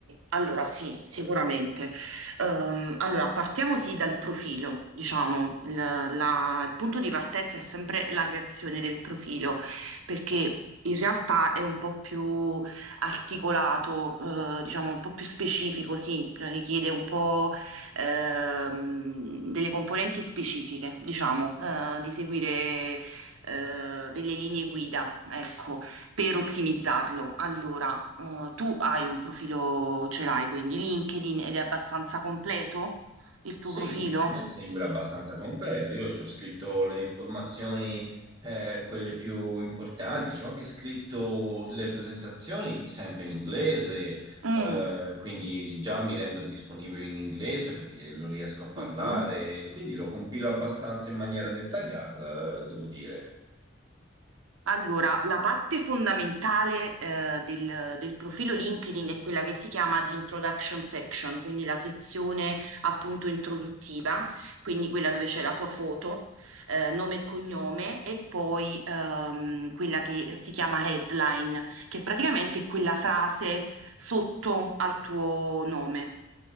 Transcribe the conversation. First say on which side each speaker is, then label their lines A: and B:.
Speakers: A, on the right (about 85°); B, on the right (about 20°).
A: allora sì, sicuramente. Ehm, allora, partiamo sì dal profilo, diciamo, il, la- il punto di partenza è sempre la creazione del profilo, perché in realtà è un po' più articolato, eh, diciamo, un po' più specifico, sì, richiede un po' ehm, delle componenti specifiche, diciamo, eh, di seguire eh, delle linee guida, ecco. per ottimizzarlo. Allora, eh, tu hai un profilo, ce l'hai quindi LinkedIn ed è abbastanza completo il
B: Sì,
A: tuo profilo?
B: a me sembra abbastanza completo. Io ci ho scritto le informazioni, eh, quelle più importanti, ci ho anche scritto le presentazioni sempre in inglese,
A: Mm,
B: eh, quindi già mi rendo disponibile in inglese perché lo riesco a parlare,
A: mm.
B: quindi lo compilo abbastanza in maniera dettagliata, eh, devo dire.
A: Allora, la parte fondamentale eh, del, del profilo LinkedIn è quella che si chiama di introduction section, quindi la sezione appunto introduttiva, quindi quella dove c'è la tua foto, eh, nome e cognome, e poi ehm, quella che si chiama headline, che praticamente è quella frase sotto al tuo nome.